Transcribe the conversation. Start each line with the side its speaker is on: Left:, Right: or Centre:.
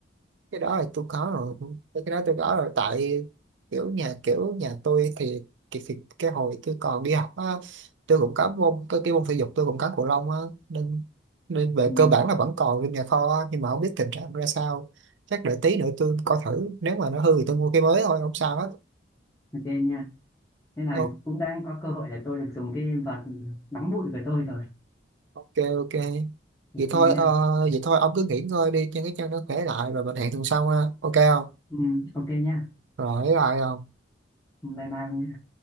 Right: cái đó là tôi có rồi cái cái đó tôi có rồi tại kiểu nhà kiểu nhà tôi thì thì, thì cái hồi tôi còn đi học á tôi cũng có môn cái, cái môn thể dục tôi cũng có cầu lông á nên nên về
Left: ừ.
Right: cơ bản là vẫn còn trong nhà kho á, nhưng mà không biết tình trạng ra sao chắc đợi tí nữa tôi coi thử nếu mà nó hư thì tôi mua cái mới thôi không sao hết
Left: Ok nha. Nên là
Right: Ô,
Left: cũng đang có cơ hội để tôi được dùng cái vợt nóng bụi của tôi rồi.
Right: ok ok
Left: Ok
Right: vậy thôi
Left: nha.
Right: ờ, vậy thôi ông cứ nghỉ ngơi đi cho cái chân nó khỏe lại rồi mình hẹn tuần sau ha ok không
Left: Ừ, ok nha.
Right: rồi lại không
Left: Bye bye ông nhé.